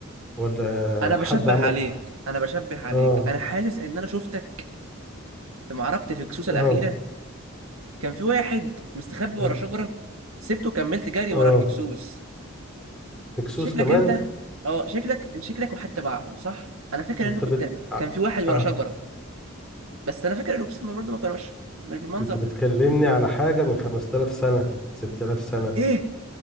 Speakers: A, in the centre; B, on the right (about 75°).
A: ولا
B: انا بشبه
A: حد عمل
B: عليك انا بشبه عليك
A: اه
B: انا حاسس ان انا شفتك في معركة الهكسوس
A: اه
B: الأخيرة كان في واحد مستخبي
A: هكس...
B: ورا شجرة سبته وكملت جري
A: اه
B: ورا الهكسوس
A: هكسوس
B: شكلك
A: كمان
B: انت اه شكلك شكلك وحدت معاهم صح انا فاكر
A: انت
B: ان انت
A: بت
B: كنت
A: آه.
B: كان في واحد ورا
A: آه.
B: شجرة بس انا فاكر الهكسوس برضه ما كانوش مش بالمنظر
A: انت بتكلمني
B: ده
A: على حاجه من 5000 سنه 6000 سنه
B: ايه